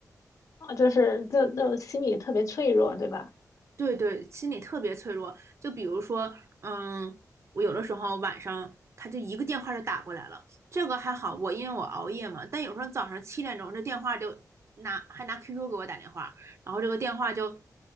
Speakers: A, on the left; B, on the right.
A: 哦，就是就就心里特别脆弱，对吧？
B: 对对，心理特别脆弱。就比如说，嗯，我有的时候晚上他就一个电话就打过来了，这个还好，我因为我熬夜嘛，但有时候早上七点钟这电话就拿还拿 QQ 给我打电话，然后这个电话就